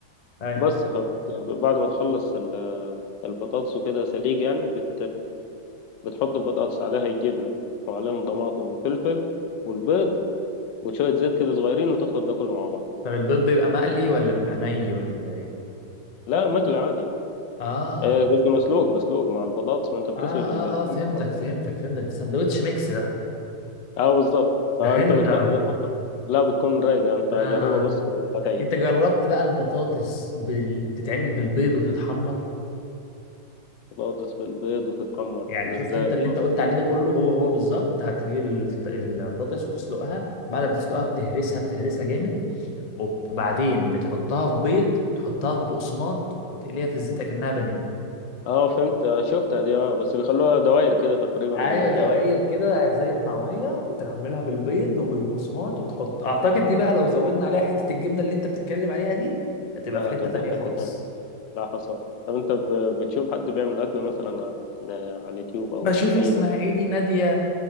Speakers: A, on the left; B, on the left.
A: ايوه
B: بس فبعد ما تخلص ال- البطاطس وكده سليج يعني بت بتحط البطاطس عليها الجبنة وعليهم طماطم وفلفل والبيض وشوية زيت كده صغيرين وتخلط ده كله مع بعض
A: طب البيض بيبقى مقلي ولا بيبقى ني ولا بيبقى ايه
B: لا مقلي عادي
A: اه
B: آه، قصدي مسلوق مسلوق مع البطاطس ما انت بتسلق
A: اه
B: ال-
A: اه
B: الاتنين
A: اه فهمتك
B: مع بعض
A: فهمتك فهمتك ساندوتش ميكس ده
B: اه بالظبط فانت
A: ده حلو
B: بتحط
A: ده أوي.
B: ده كله لا بتكون رايقة انت
A: اه
B: جربها بص وهتعجبك
A: انت جربت بقى البطاطس بال... تتعمل بالبيض وتتحمر
B: بطاطس بالبيض وتتحمر
A: يعني
B: ده
A: شفت
B: ازاي
A: انت اللي انت قلت عليه ده كله هو هو بالظبط هتجيب ال- البطاطس وتسلقها بعد ما تسلقها بتهرسها بتهرسها جامد وبعدين بتحطها في بيض تحطها في بقسماط وتقليها في الزيت اكنها بانيه
B: اه فهمت آه، شفتها دي اه بس بيخلوها دوائر كده تقريبا
A: ايوه
B: بي
A: دوائر كده زي الطعميه وتعملها بالبيض وبالبقسماط وتحط اعتقد دي بقى لو زودنا عليها حته الجبنه اللي انت بتتكلم عليها دي هتبقى
B: اه
A: في حته
B: توديها
A: تانية
B: في
A: خالص
B: حتة تانية لا حصل طب انت ب- بتشوف حد بيعمل اكل مثلا على آه، على اليوتيوب او
A: بشوف اسمها
B: اي مكان
A: ايه دي نادية